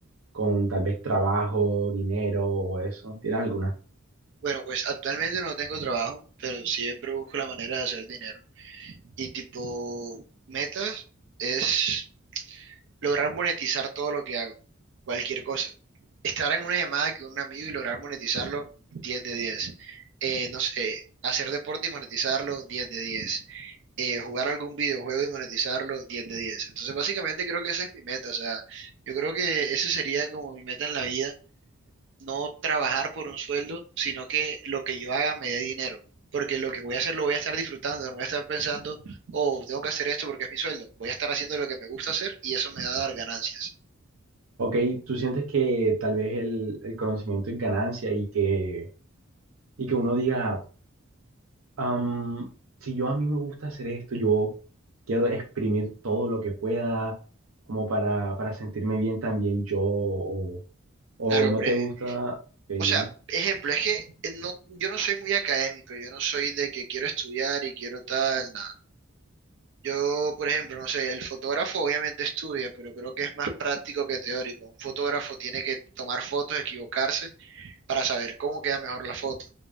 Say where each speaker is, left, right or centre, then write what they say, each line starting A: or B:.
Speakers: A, on the right; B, on the right.
A: con tal vez trabajo, dinero o eso? ¿Tienes alguna?
B: Bueno, pues actualmente no tengo trabajo, pero siempre busco la manera de hacer dinero. Y tipo, metas es lograr monetizar todo lo que hago, cualquier cosa. Estar en una llamada con un amigo y lograr monetizarlo, diez de diez Eh, no sé, hacer deporte y monetizarlo, diez de diez Eh, jugar algún videojuego y monetizarlo, diez de diez Entonces, básicamente creo que esa es mi meta, o sea, yo creo que esa sería como mi meta en la vida, no trabajar por un sueldo, sino que lo que yo haga me dé dinero. Porque lo que voy a hacer lo voy a estar disfrutando, no voy a estar pensando, oh, tengo que hacer esto porque es mi sueldo. Voy a estar haciendo lo que me gusta hacer y eso me va a dar ganancias.
A: Ok, ¿tú sientes que tal vez el, el conocimiento en ganancia y que, y que uno diga, "Am, si yo a mí me gusta hacer esto, yo quiero exprimir todo lo que pueda como para, para sentirme bien también yo, o, o
B: Claro,
A: no
B: por
A: te
B: ej-
A: gusta, ok, dime.
B: o sea, ejemplo, es que eh, no, yo no soy muy académico, yo no soy de que quiero estudiar y quiero tal, nada. Yo, por ejemplo, no sé, el fotógrafo obviamente estudia, pero creo que es más práctico que teórico. Un fotógrafo tiene que tomar fotos, equivocarse para saber cómo queda mejor la foto.